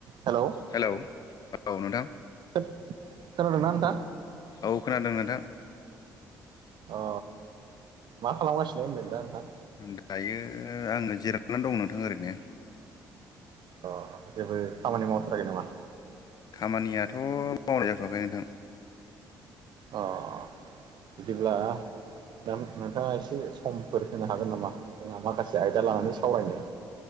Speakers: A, on the right (about 60°); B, on the left (about 50°).
A: hello
B: hello औ नोंथां
A: खोनादों ना नोंथां
B: औ खोनादों नोंथां
A: अ मा खालामगासिनो होनदों दा नोंथां
B: दायो आङो जिरायनानै दं नोंथां ओरैनो
A: अ जेबो खामानि मावथ्राखै नामा
B: खामानियाथ' मावनायाय जाथ'वाखै नोंथां
A: अ अ बिदिब्ला दा नोंथाङा एसे समफोर होनो हागोन नामा जोंहा माखासे आयदा लानानै सावरायनो